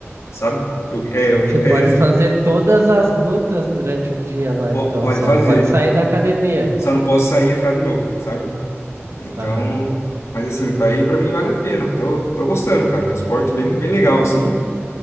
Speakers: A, on the left; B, on the right.
A: sabe? Eu, é, o Gympass
B: Você pode fazer todas as lutas durante o dia lá,
A: po-
B: então,
A: pode
B: só
A: fazer,
B: não pode sair da academia.
A: só não posso sair e entrar de novo, sabe? Então...
B: Aham,
A: Mas assim, pra ir pra mim vale a pena. Tô, tô gostando, cara. É Um esporte bem, bem legal, assim.